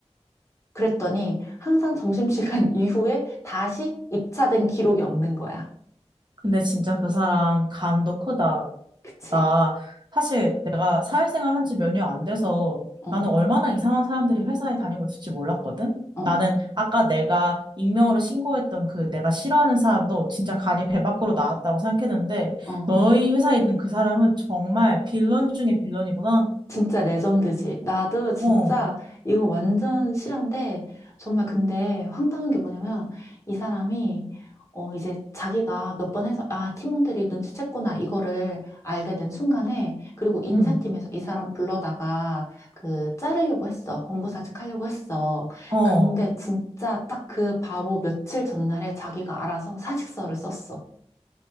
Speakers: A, on the left; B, on the right.
A: 그랬더니 항상 점심시간 <laughs> 이후에 다시 입차된 기록이 없는 거야.
B: 근데 진짜 그 사람 간도 크다.
A: 그치?
B: 나 사실 내가 사회생활 한 지 몇 년 안 돼서
A: 어, 어,
B: 나는 얼마나 이상한 사람들이 회사에 다니고 있을지 몰랐거든?
A: 어,
B: 나는 아까 내가 익명으로 신고했던 그 내가 싫어하는 사람도 진짜 간이 배 밖으로 나왔다고 생각했는데
A: 어.
B: 너희 회사에 있는 그 사람은 정말 빌런 중에 빌런이구나.
A: 진짜 레전드지. 나도 진짜
B: 어,
A: 이거 완전 실화인데, 정말 근데 황당한 게 뭐냐면, 이 사람이, 어, 이제 자기가 몇 번 해서, 아, 팀원들이 눈치챘구나, 이거를 알게 된 순간에, 그리고 인사팀에서
B: 응,
A: 이 사람 불러다가, 그, 자르려고 했어. 공고사직 하려고 했어.
B: 어.
A: 근데 진짜 딱 그 바로 며칠 전날에 자기가 알아서 사직서를 썼어.